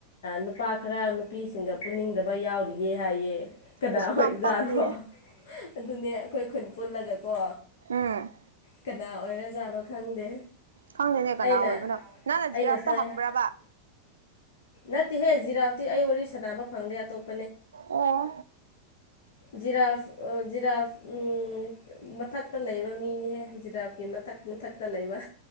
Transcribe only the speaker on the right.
ꯑꯁ
ꯌꯥꯝ ꯄꯛꯇꯦ
ꯍ
ꯈꯪꯗꯦꯅꯦ ꯀꯅꯥ
ꯑꯣꯏꯕꯅꯣ ꯅꯪꯅ
ꯖꯤꯔꯥꯞꯇ
ꯍꯪꯕ꯭ꯔꯕ
ꯑꯣ